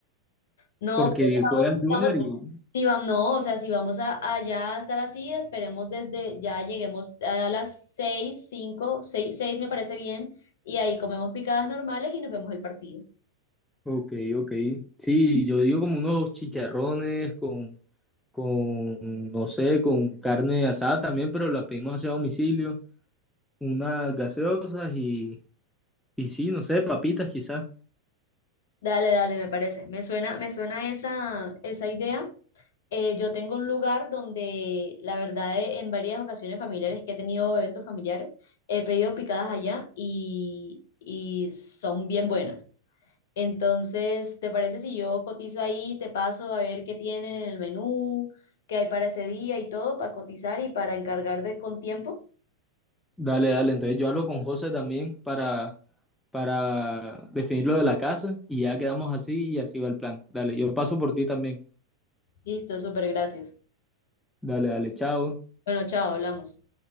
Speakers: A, on the left; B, in the centre.
A: No,
B: Porque
A: pues si vamos,
B: juega el Junior
A: si
B: y...
A: vamos, si vamos, no, o sea, si vamos a, allá a estar así, esperemos desde, ya lleguemos a las seis, cinco, seis, seis me parece bien, y ahí comemos picadas normales y nos vemos el partido.
B: Ok, ok. Sí, yo digo como unos chicharrones con, con, no sé, con carne asada también, pero la pedimos hacia domicilio. Unas gaseosas y, y sí, no sé, papitas quizás.
A: Dale, dale, me parece. Me suena, me suena esa, esa idea. Eh, yo tengo un lugar donde, la verdad, eh, en varias ocasiones familiares que he tenido eventos familiares, he pedido picadas allá y, y son bien buenas. Entonces, ¿te parece si yo cotizo ahí, te paso a ver qué tienen en el menú, qué hay para ese día y todo, para cotizar y para encargar de con tiempo?
B: Dale, dale. Entonces yo hablo con José también para, para definir lo de la casa y ya quedamos así y así va el plan. Dale, yo paso por ti también.
A: Listo, súper gracias.
B: Dale, dale, chao.
A: Bueno, chao, hablamos.